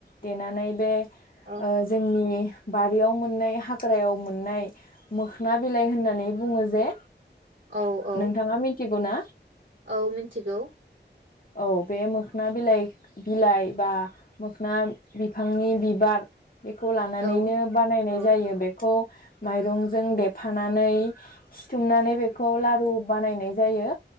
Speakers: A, on the left; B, on the right.
A: देनानै बे
B: औ
A: ओ जोंनि बारियाव मोननाय हाग्रायाव मोननाय मोखना बिलाइ होननानै बुङो जे
B: औ औ
A: नोंथाङा मिथिगौ ना?
B: औ मिथिगौ।
A: औ बे मोखोना बिलाइ बिलाइ बा मोखोना बिफांनि बिबार बेखौ नैनो
B: औ
A: बानायनाय
B: औ
A: जायो बेखौ माइरंजों देफानानै सिथुमनानै बेखौ लारु बानायनाय जायो।